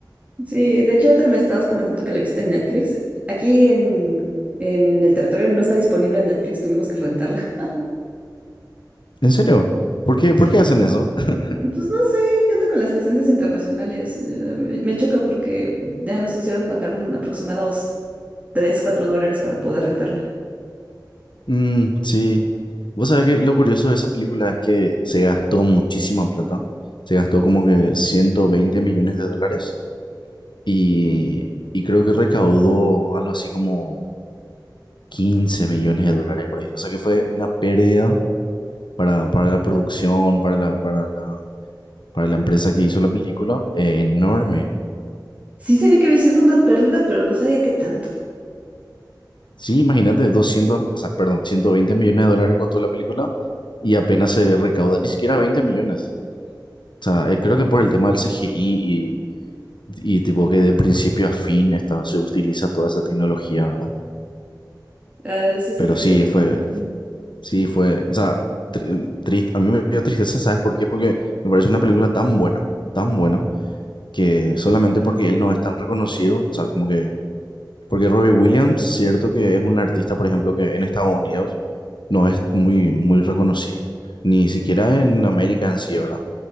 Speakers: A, on the right; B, on the left.
A: Sí, de hecho te me estabas comentando que la viste en Netflix. Aquí en, en el territorio no está disponible en Netflix, tuvimos que rentarla. <laughs>
B: ¿En serio? ¿Por qué,
A: Sí.
B: por qué hacen eso? <laughs>
A: Mm, Pues no sé, ¿qué onda con las licencias internacionales? Eh, Me, me choca porque ya nos hicieron pagar un aproximados 3 4 dólares para poder rentarla.
B: Mm, sí. Vos sabés que lo curioso de esa película es que se gastó muchísima plata. Se gastó como que ciento veinte millones de dólares Y, y creo que recaudó algo así como 15 millones de dólares por ahí. O sea que fue una pérdida para, para la producción, para la, para la, para la empresa que hizo la película, eh, enorme.
A: Sí sabía que había sido una pérdida, pero no sabía qué tanto.
B: Sí, imagínate, doscientos o sea, perdón, 120 millones de dólares costó la película y apenas se recauda, ni siquiera 20 millones. O sea, eh, creo que por el tema del CGI y, y tipo que de principio a fin está, se utiliza toda esa tecnología, ¿verdad?
A: Ah, sí está
B: Pero
A: triste.
B: sí, fue,
A: Ujú.
B: Sí, fue, o sea, tri- triste, a mí me dio tristeza, ¿sabes por qué? Porque me parece una película tan buena, tan buena, que solamente porque él no es tan reconocido, o sea, como que, porque Robbie Williams, cierto que es un artista, por ejemplo, que en Estados Unidos no es muy, muy reconocido, ni siquiera en América en sí, ¿verdad?